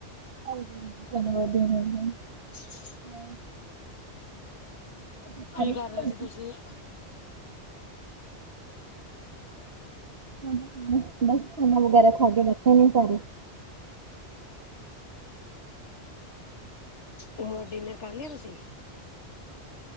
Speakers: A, on the right (about 60°); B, on the left (about 80°).
A: ਹਾਂਜੀ, ਤਿੰਨ ਰੋਟੀਆਂ ਮਿਲ ਜਨ
B: <unintelligible>
A: <unintelligible> ਤੁਸੀਂ ਖਾ
B: ਕੀ
A: ਲਿਤੀ
B: ਕਰ ਰੇ
A: ਰੋਟੀ?
B: ਸੀ ਤੁਸੀ?
A: ਬਸ ਖਾਣਾ ਵਗੈਰਾ ਖਾ ਕੇ ਬੈਠੇ ਨੀ ਸਾਰੇ।
B: ਹੋਰ ਡਿਨਰ ਕਰ ਲੇਆ ਤੁਸੀ?